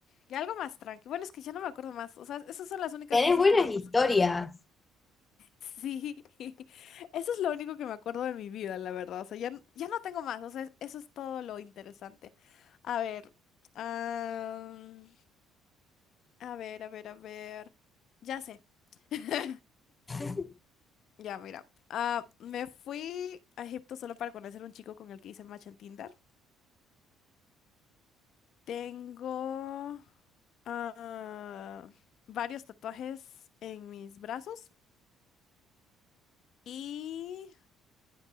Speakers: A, on the left; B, on the left.
A: ya algo más tranqui. Bueno, es que ya no me acuerdo más. O sea, esas son las únicas
B: Tenés
A: cosas
B: buenas
A: que me han
B: historias.
A: pasado en mi vida. Sí, <laughs> eso es lo único que me acuerdo de mi vida, la verdad. O sea, ya, n- ya no tengo más. O sea, es- eso es todo lo interesante. A ver, am, a ver, a ver, a ver. Ya sé. <laughs>
B: <laughs>
A: Ya, mira. Ah, me fui a Egipto solo para conocer un chico con el que hice match en Tinder. Tengo ah, varios tatuajes en mis brazos y